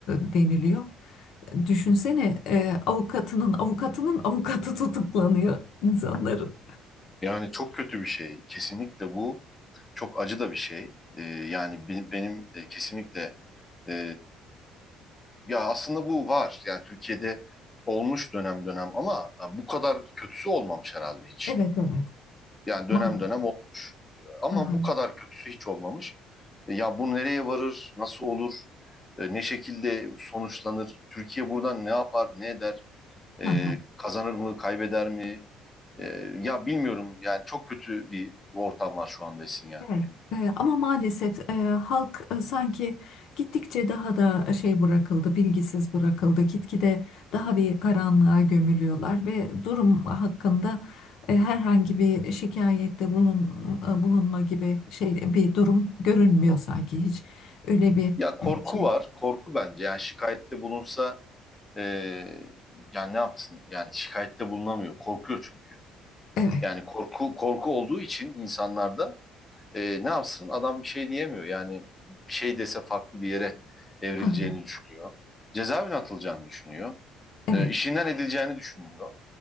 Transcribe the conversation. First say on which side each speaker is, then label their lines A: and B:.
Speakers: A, on the left; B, on the left.
A: e, deniliyor. Düşünsene e, avukatının avukatının avukatı tutuklanıyor insanların.
B: Yani çok kötü bir şey. Kesinlikle bu çok acı da bir şey. Ee, yani be- benim e, kesinlikle e, ya aslında bu var. Yani Türkiye'de olmuş dönem dönem ama e, bu kadar kötüsü olmamış herhalde hiç.
A: Evet evet.
B: Yani dönem
A: Maalesef.
B: dönem olmuş ama
A: Hı hı,
B: bu kadar kötüsü hiç olmamış. E, Ya bu nereye varır, nasıl olur, e, ne şekilde sonuçlanır, Türkiye buradan ne yapar, ne eder, e,
A: hı hı.
B: kazanır mı, kaybeder mi? E, Ya bilmiyorum yani çok kötü bir ortam var şu anda Esin ya.
A: Evet. E, ama maalesef e, halk e, sanki gittikçe daha da e, şey bırakıldı, bilgisiz bırakıldı. Gitgide daha bir karanlığa gömülüyorlar ve durum hakkında e, herhangi bir şikayette bulun, e, bulunma gibi şey bir durum görünmüyor sanki hiç öyle bir
B: Ya korku
A: şey.
B: var, korku bence yani şikayette bulunsa e, yani ne yapsın? Yani şikayette bulunamıyor. Korkuyor çünkü.
A: Evet.
B: Yani korku korku olduğu için insanlarda e, ne yapsın? Adam bir şey diyemiyor. Yani bir şey dese farklı bir yere evrileceğini
A: Hı hı,
B: düşünüyor. Cezaevine atılacağını düşünüyor.
A: Evet.
B: E, işinden edileceğini düşünüyor.